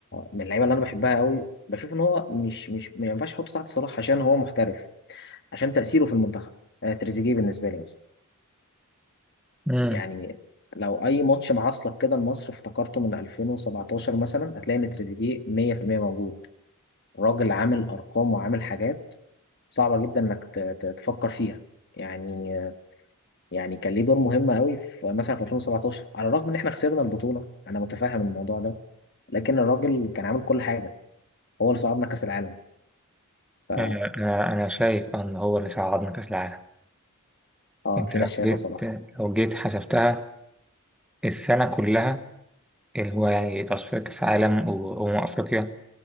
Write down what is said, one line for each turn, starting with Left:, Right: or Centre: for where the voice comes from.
Left: من اللعيبة اللي أنا بحبها قوي بشوف إن هو مش مش ما ينفعش أحطه تحت صلاح عشان هو محترف عشان تأثيره في المنتخب آه، تريزيجيه بالنسبة لي مثلا
Centre: مم.
Left: يعني لو أي ماتش معاصلك كده لمصر افتكرته من 2017 مثلا هتلاقي إن تريزيجيه 100% موجود راجل عامل أرقام وعامل حاجات صعبة جدا إنك ت- ت- تفكر فيها يعني آه، يعني كان ليه دور مهم قوي في مثلا في 2017 على الرغم إن إحنا خسرنا البطولة أنا متفهم الموضوع ده لكن الراجل كان عامل كل حاجة هو اللي صعدنا كأس العالم ف...
Centre: أنا أنا أنا شايف إن هو اللي صعدنا كأس العالم
Left: آه
Centre: أنت
Left: في
Centre: لو
Left: ناس شايفة
Centre: جيت
Left: صلاح
Centre: لو جيت حسبتها السنة كلها اللي هو يعني تصفية كأس عالم و- وأمم أفريقيا